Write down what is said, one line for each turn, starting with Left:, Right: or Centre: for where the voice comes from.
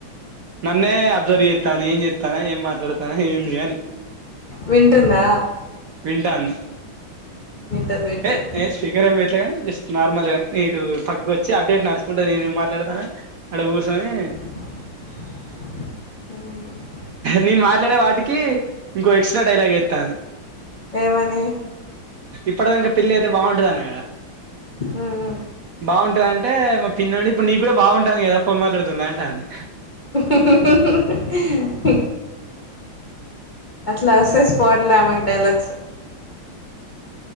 Right: నన్నే అబ్జర్ చేత్తాంది ఏన్ చేతన్న ఏం మాట్లాడత తన ఏంది అని
Left: వింటుందా
Right: వింటాంది
Left: వింటది వింటది
Right: ఏ ఏ స్పీకర్ ఎంపె అట్ ని జస్ట్ నార్మల్ గా నే ఇటు పక్కకు ఒచ్చి అటు ఇటు నడుచుకుంటా నేను మాట్లాడతాన అడ కూసోనీ
Left: ఉ
Right: నేన్ మాట్లాడే వాటికీ ఇంకో ఎక్స్ట్రా డైలాగ్ ఏత్తాంది
Left: ఏమని
Right: ఇప్పడ్దంక పిళ్లి అయితే బాగుంటుంది అన్నగద
Left: మ్ మ్
Right: బాగుంటదంటే మా పిన్న నుండి ఇప్పు నీ కూడా బాగుంటాంది గదా ఫోన్ మాట్లాడుతుంటే అంటాంది
Left: ఉహు...... అట్లా ఒస్సయ్ స్పాట్లా ఆమెక్ డైలాగ్స్